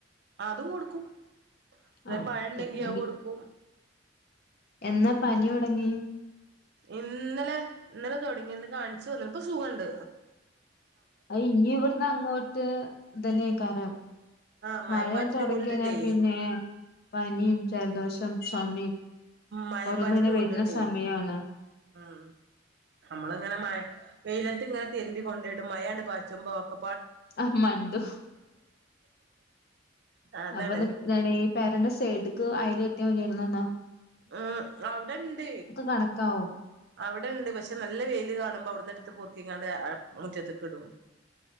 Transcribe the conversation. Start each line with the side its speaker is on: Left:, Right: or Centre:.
Right: ആതും കൊടുക്കും അല്ലെ
Left: ആ
Right: പഴം ഉണ്ടെങ്കി
Left: <unintelligible>
Right: അത് കൊടുക്കും
Left: എന്നാ പനിയോ ങ്ങി
Right: ഇന്നലെ ഇന്നലെ തുടങ്ങിന്ന് കാണിച്ചു വന്ന് പ്പൊസുഖണ്ട്
Left: അത് ഞ്ഞി ഇവിടുന്ന് അങ്ങോട്ട് ഇതന്യേക്കാരം
Right: ആഹ് മഴപ്പാറ്റില്
Left: മഴ തുടങ്ങി
Right: കൊണ്ടിട്ടേ
Left: കഴിഞ്ഞാൽ പിന്നെ പനീം ജലദോഷം ചുമയും
Right: മഴപ്പാറ്റിൽ
Left: ഓരോന്നും ഇങ്ങനെ
Right: കൊണ്ട്ട്ടേ
Left: വരുന്ന സമയമാണ്
Right: ഉം നമ്മള് ഇങ്ങനെ മഴ വെയിലത്ത് ഇങ്ങനെ തിരുമ്പി കൊണ്ടോയിടും മയണ്ട് പാച്ചുമ്പോ ഒക
Left: ആഹ് മണ്ടു
Right: അതാണ്
Left: അപ്പൊന്ന ന്താണീ പെരന്റെ സൈഡ്ക്ക് അയല് കെട്ടിയ മതിയാര്ന്ന് ന്നാ
Right: ആഹ് അവിടെണ്ട്
Left: കണക്കാവും
Right: അവിടെണ്ട് പക്ഷെ നല്ല വെയിൽ കാണുമ്പോ അവിടുന്ന് ഇട്ത്ത് പോർക്ക ങാണ്ട് മുറ്റത്ത് കിടും